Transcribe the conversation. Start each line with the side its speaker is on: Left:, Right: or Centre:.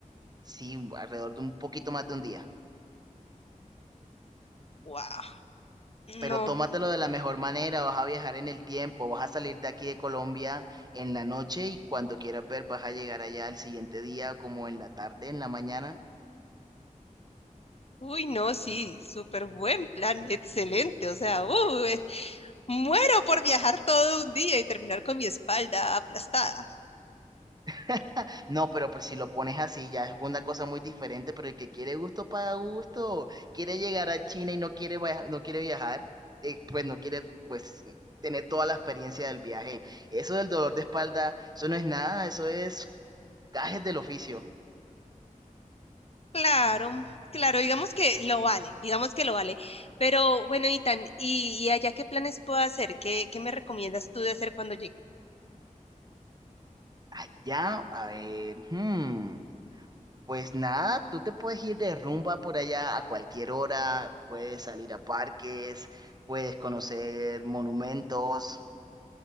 Right: Sí, alrededor de un poquito más de un día.
Left: Wow.
Right: Pero
Left: No,
Right: tómatelo de la mejor manera, vas a viajar en el tiempo, vas a salir de aquí de Colombia en la noche y cuando quieras ver vas a llegar allá al siguiente día como en la tarde, en la mañana.
Left: uy, no, sí, súper buen plan, excelente, o sea, uh, eh, muero por viajar todo un día y terminar con mi espalda aplastada.
Right: <laughs> No, pero pues si lo pones así ya es una cosa muy diferente, pero el que quiere gusto paga gusto, quiere llegar a China y no quiere, via- no quiere viajar, eh, pues no quiere pues tener toda la experiencia del viaje. Eso del dolor de espalda, eso no es nada, eso es gajes del oficio.
Left: Claro, claro, digamos que lo vale, digamos que lo vale. Pero bueno, Itan, ¿y, y allá qué planes puedo hacer? ¿Qué, qué me recomiendas tú de hacer cuando llegue?
Right: Allá, a ver, hmm, pues nada, tú te puedes ir de rumba por allá a cualquier hora, puedes salir a parques, puedes conocer monumentos,